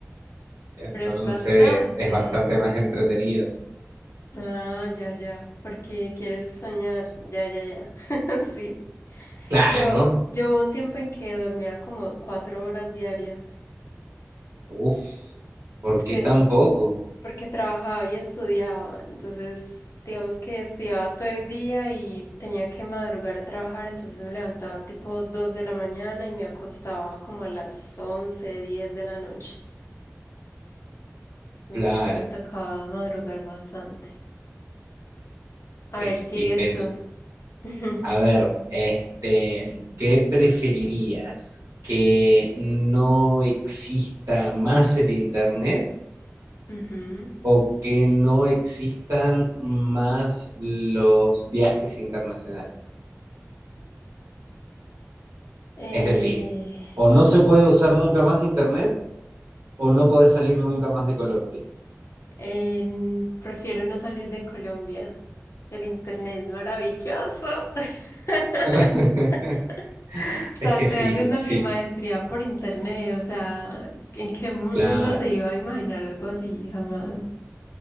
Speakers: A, on the right; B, on the left.
A: Entonces
B: pero es bastante.
A: es bastante más entretenido.
B: Ah, ya, ya, porque quieres soñar, ya, ya, ya, <laughs> sí.
A: Claro.
B: Yo, yo hubo un tiempo en que dormía como cuatro horas diarias,
A: Uf, ¿por
B: porque,
A: qué tan poco?
B: porque trabajaba y estudiaba, entonces digamos que estudiaba todo el día y tenía que madrugar a trabajar, entonces me levantaba tipo dos de la mañana y me acostaba como a las once, diez de la noche. Entonces,
A: Claro.
B: me tocaba madrugar bastante.
A: Uy,
B: A ver, sigues
A: qué intenso.
B: tú. <laughs>
A: A ver, este, ¿qué preferirías? ¿Que no exista más el internet
B: Ujú.
A: o que no existan más los viajes internacionales?
B: Eh,
A: Es decir, o no se puede usar nunca más internet o no podés salir nunca más de Colombia.
B: en- prefiero no salir de Colombia. El internet es maravilloso. <laughs>
A: <laughs> <laughs>
B: O
A: Es
B: sea,
A: que
B: estoy
A: sí,
B: haciendo
A: sí,
B: mi maestría por internet. O sea, ¿en qué mundo
A: claro.
B: uno se iba a imaginar algo así? Jamás.